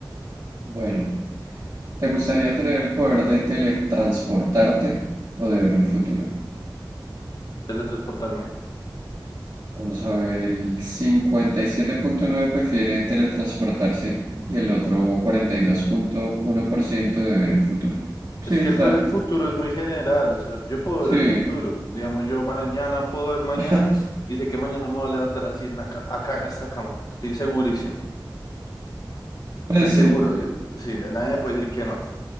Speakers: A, on the right; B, on the left.
A: Bueno, ¿te gustaría tener el poder de teletransportarte o de ver el futuro?
B: Teletransportarme.
A: Vamos a ver, el 57.9 prefiere teletransportarse y el otro
B: No.
A: 42.1% de ver el futuro. Sí,
B: Es
A: está.
B: que el ver el futuro es muy general, o sea, yo puedo
A: Sí,
B: ver el futuro. Digamos, yo mañana puedo ver mañana
A: <laughs>
B: y sé que mañana me voy a levantar así en la ca- acá en esta cama. Estoy segurísimo.
A: pues
B: Estoy seguro.
A: sí,
B: y- Sí, nadie me puede decir que no.